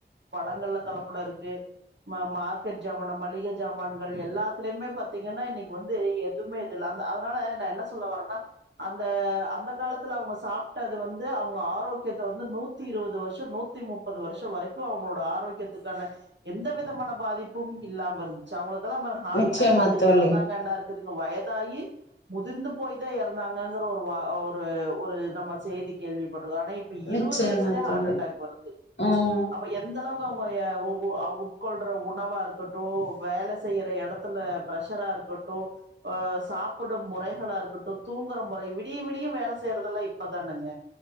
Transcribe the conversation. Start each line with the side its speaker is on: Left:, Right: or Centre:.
Right: பழங்கள்ல கலப்பட இருக்கு மார்க்கெட் ஜ மளிக ஜமான்கள் எல்லாத்திலயுமே பாத்தீங்கன்னா இன்னிக்கு வந்து எதுவுமே இல் அதனால நா என்ன சொல்ல வரேனா அந்த அந்த காலத்துல அவங்க சாப்ட்டது வந்து அவங்க ஆரோக்கியத்தை வந்து நூத்தி இருபது வருஷ நூத்தி முப்பது முப்பது வருஷ வரைக்கும் அவங்களோட ஆரோக்கியத்துக்கான எந்த விதமான பாதிப்பு கும் இல்லாம இருந்துச்சு அவங்களுக்கெல்லா ஹார்ட்
Left: நிச்சயமா
Right: அட்டாக் வந்து
Left: தோழி.
Right: இறந்தாங்கன்னா இருக்குதுங்க வயதாயி முதிர்ந்து போய் தா இறந்தாங்கங்கிற ஒரு ஒரு ஒரு நம்ம செய்தி கேள்விப்பட்ருக்கோ ஆனா இப்ப
Left: நிச்சயமா
Right: இருபது வயசுலயே
Left: தோழி
Right: ஹார்ட் அட்டாக் வருது
Left: ம்
Right: அப்ப எந்த எந்த அளவுக்கு அவங்க உட்கொள்ற உணவா இருக்கு கட்டு வேல செய்யற இடத்துல பிரஷரா இருக்கட்டு ஓ சாப்புடு முறைகளா இருக்கட்டு தூங்குற முறை விடிய விடிய வேலை செய்யறதெல்லா இ ப்ப தானங்க